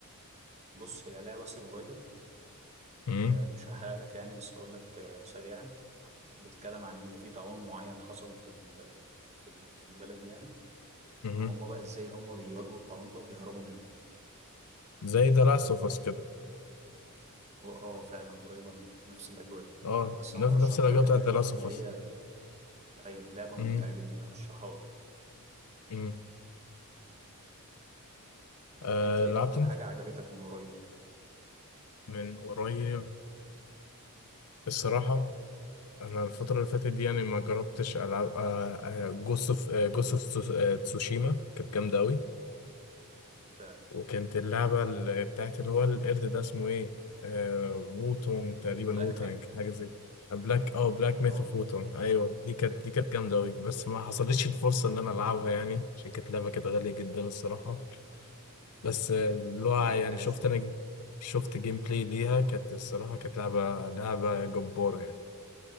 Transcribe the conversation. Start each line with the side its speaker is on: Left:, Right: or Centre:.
Right: بص هي لعبه سرفايفل
Left: امم
Right: مش هحرق لك يعني بس هقول لك آه، سريعا بتتكلم عن ان في طاعون معين حصل في ال- في ال- في البلد يعني
Left: امم
Right: وهم بقى ازاي هم بيواجهوا الطاعون ده وبيهربوا منه
Left: زي ذا لاست اوف اس كده
Right: واه فعلا قريبه منها نفس الاجواء
Left: اه
Right: بس
Left: نفس
Right: انا ارشح
Left: نفس الاجواء
Right: لك
Left: بتاعت
Right: اللعبه
Left: ذا لاست
Right: دي لان
Left: اوف
Right: هي
Left: اس
Right: ايوه لعبه
Left: امم
Right: ممتعه جدا ارشحها لك
Left: امم آه
Right: انت ايه
Left: لعبت
Right: اكتر
Left: انت
Right: حاجه عجبتك من قريب
Left: من قريب الصراحة انا الفترة اللي فاتت دي يعني ما جربتش العب آه جوست اوف جوست اوف تسوشيما كانت جامدة قوي
Right: فعلا
Left: وكانت اللعبة ال- بتاعت اللي هو القرد ده اسمه ايه؟ آه ووتونج تقريبا
Right: بلاك
Left: ووتانج
Right: ميث
Left: حاجة زي كده بلاك اه بلاك ميث
Right: اه
Left: اوف ووتونج ايوه دي كانت دي كانت جامدة أوي بس ما حصلتش الفرصة إن أنا ألعبها يعني عشان كانت لعبة كانت غالية جدا الصراحة بس آه، اللي هو
Right: انا ما لعبتهاش
Left: يعني شفت
Right: برضه
Left: أنا شفت جيم بلاي ليها كانت الصراحة كانت لعبة لعبة جبارة يعني